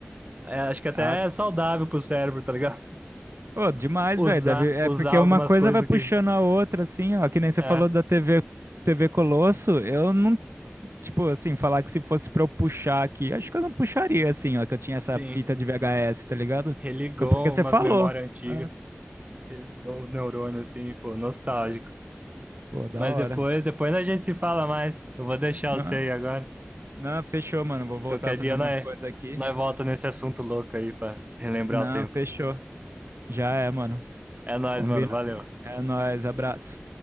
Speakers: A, on the right (about 35°); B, on the right (about 75°).
A: É, acho que até
B: Ah,
A: é saudável pro cérebro, tá ligado? <laughs>
B: pô, demais,
A: Usar,
B: velho. Deve- É
A: usar
B: porque
A: algumas
B: uma coisa
A: coisas
B: vai puxando
A: que.
B: a outra, assim, ó. Que nem você
A: É,
B: falou da TV, TV Colosso. Eu não, tipo, assim, falar que se fosse pra eu puxar aqui, acho que eu não puxaria, assim, ó. Que eu tinha essa
A: sim.
B: fita de VHS, tá ligado?
A: Religou
B: Foi porque você
A: umas
B: falou.
A: memórias antigas.
B: Ah,
A: Religou uns neurônios, assim, pô, nostálgico
B: pô, da
A: Mas
B: hora.
A: depois, depois a gente se fala mais. Eu vou deixar
B: Não,
A: você aí agora.
B: não, fechou, mano. Vou voltar
A: Qualquer
B: a fazer
A: dia
B: umas
A: nós,
B: coisas aqui.
A: nós volta nesse assunto louco aí pra relembrar
B: Não,
A: o tempo.
B: fechou. Já é, mano.
A: É nóis,
B: Combinado.
A: mano. Valeu.
B: É nóis, abraço.